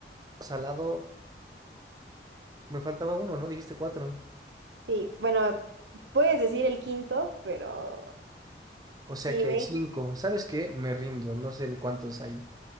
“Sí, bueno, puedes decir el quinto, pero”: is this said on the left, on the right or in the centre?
Right